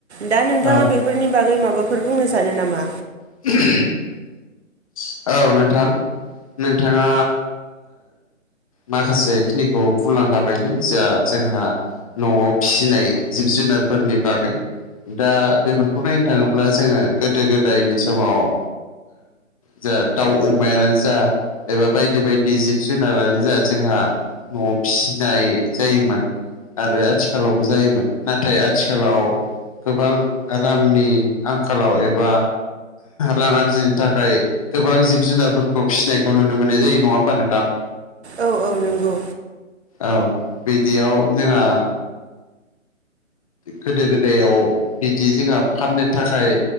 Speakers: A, on the right; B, on the left.
A: दा नोंथाङा
B: औ
A: बे फोरनि बागै माबाफोर बुंनो सानो नामा
B: <unintelligible> औ नोंथां नोंथाङा माखासे खिनिखौ बुंलांखाब बेनो जों जोंहा न'आव फिसिनाय जिब जुनारफोरनि बागै दा बेफोरखौ नायनो थाङोब्ला जोङो गोदो गोदायनि समाव। जा दाउ अमायानो जा एबा बायदि बायदि जिब जुनारानो जा जोंहा न'आव फिसिनाय जायोमोन आरो आथिखालावबो जायोमोन नाथाय आथिखालाव गोबां रांनि आंखालाव एबा रां आरजिनो थाखाय गोबां जिब जुनारफोरखौ फिसिनायखौ नुनो मोननाय जायो नङा होमबा नोंथां
A: औ औ नंगौ।
B: औ बिदियाव जोंहा गोदो गोदायाव बिदि जोंहा फाननो थाखाय